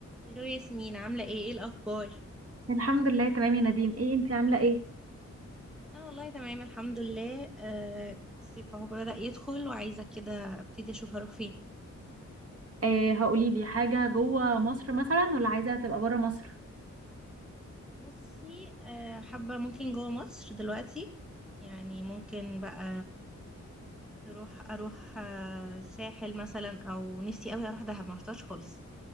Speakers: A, in the centre; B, on the right.
A: الو ياسمين عاملة ايه ايه الأخبار؟
B: الحمد لله تمام يا نادين ايه انتي عامله ايه
A: أنا والله تمام الحمد لله آه الصيف اهو بدأ يدخل وعايزة كده أبتدي أشوف هروح فين
B: آه هقولي لي حاجه جوه مصر مثلا ولا عايزه تبقى بره مصر
A: بصي آه حابة ممكن جوه مصر دلوقتي يعني ممكن بقى نروح أروح آه ساحل مثلا أو نفسي أوي أروح دهب ما رحتهاش خالص